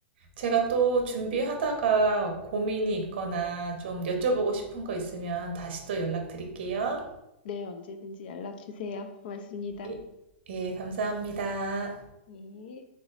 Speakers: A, on the right (about 55°); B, on the left (about 50°).
A: 제가 또 준비하다가 고민이 있거나 좀 여쭤보고 싶은 거 있으면 다시 또 연락드릴게요.
B: 네, 언제든지 연락 주세요. 고맙습니다.
A: 예, 예, 감사합니다.
B: 예.